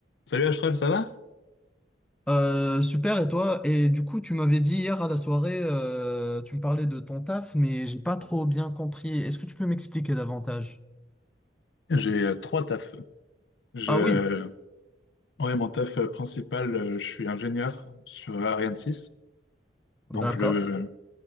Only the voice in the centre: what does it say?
Euh, super, et toi? Et du coup, tu m'avais dit hier à la soirée, euh, tu me parlais de ton taf, mais j'ai pas trop bien compris. Est-ce que tu peux m'expliquer davantage?
Ah oui,
d'accord.